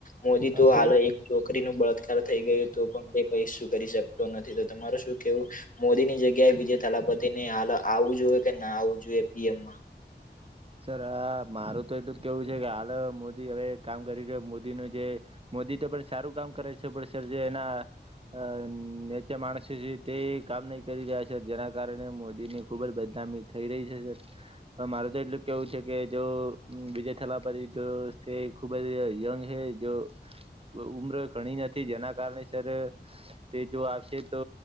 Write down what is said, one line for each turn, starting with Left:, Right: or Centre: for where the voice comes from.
Left: મોદી
Right: હા
Left: તો
Right: સર
Left: હાલ એક છોકરી નો બળાત્કાર થઈ ગયો કઈ શું કરી શકતો નથી તો તમાર શું કેવું?? મોદીની જગ્યાએ વિજય થલાપતિને હાલ આવું જોઈએ કે ના આવવું જોઈએ પીએમમાં
Right: સર મારું તો એટલું જ કેવું છે કે હાલ મોદી હવે કામ કરી રહ્યો મોદીનું જે મોદી તો પણ સારું કામ કરે છે પણ સર જે એના અ નેચે માણસ છે તે કામ નહી કરી રહ્યા છે જેના કારણે મોદીની ખુબ જ બદનામી થઈ રહી છે સર મારું તો એટલું કેવું છે કે જો વિજય થેલાપતી જો ખુબ જ યંગ હે જો ઉંમર ઘણી નથી જેના કારણે સર તે જો આવશે તો